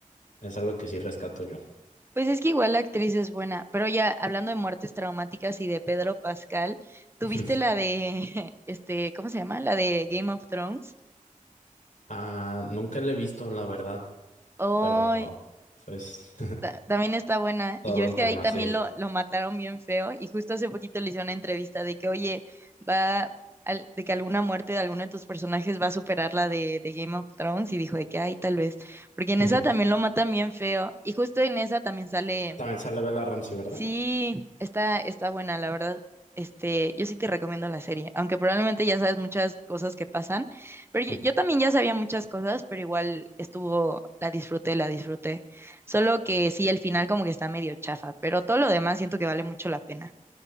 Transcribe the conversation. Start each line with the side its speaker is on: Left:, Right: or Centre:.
Left: es algo que sí rescato yo.
Right: Pues es que igual la actriz es buena, pero ya hablando de muertes traumáticas y de Pedro Pascal, ¿tuviste
Left: <laughs>
Right: la de, <laughs> este, ¿cómo se llama? La de Game of Thrones.
Left: Ah, nunca le he visto, la verdad,
Right: Ay,
Left: pero pues
Right: ta- también está buena.
Left: <laughs> todo
Right: Y yo es
Left: un
Right: que
Left: tema,
Right: ahí también
Left: sí.
Right: lo, lo mataron bien feo y justo hace poquito le hice una entrevista de que, oye, va, al- de que alguna muerte de alguno de tus personajes va a superar la de, de Game of Thrones y dijo de que, ay, tal vez, porque en
Left: <laughs>
Right: esa también lo matan bien feo y justo en esa también sale...
Left: También sale Bella Ramsey, ¿verdad?
Right: Sí,
Left: <laughs>
Right: está, está buena, la verdad. Este, yo sí te recomiendo la serie, aunque probablemente ya sabes muchas cosas que pasan, pero yo,
Left: Mm.
Right: yo también ya sabía muchas cosas, pero igual estuvo, la disfruté, la disfruté. Solo que sí, el final como que está medio chafa, pero todo lo demás siento que vale mucho la pena.